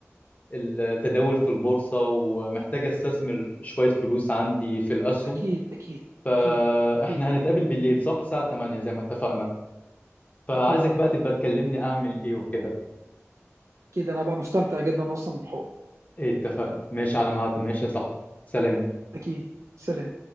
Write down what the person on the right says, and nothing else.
اكيد اكيد
اكيد اكيد
اكيد اكيد
اكيد انا بقى مستمتع جدا اصلا بالحوار
اكيد سلام